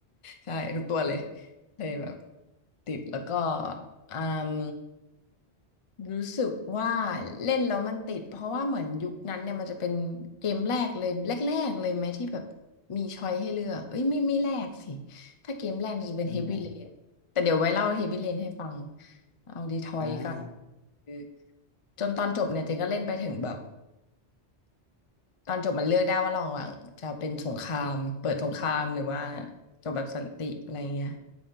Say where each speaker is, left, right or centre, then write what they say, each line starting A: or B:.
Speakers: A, on the left; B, on the left.
A: ใช่ทุกตัวเลยเลยแบบติดแล้วก็อืม รู้สึกว่าเล่นแล้วมันติดเพราะว่าเหมือนยุคนั้นเนี่ยมันจะเป็นเกมแรกเลยแรกๆเลยไหมที่แบบมีช้อยให้เลือกเอ้ยไม่ไม่แรกสิถ้าเกมแรกมันจะเป็น
B: ไม่แย่
A: Heavy Rain แต่เดี๋ยวไว้เล่า Heavy Rain ให้ฟังเอาดีทอยก็
B: อ่า
A: คือจนตอนจบเนี่ยเจนก็เล่นไปถึงแบบตอนจบมันเลือกได้ว่าระหว่างจะเป็นสงครามเปิดสงครามหรือว่าจบแบบสันติอะไรเงี้ย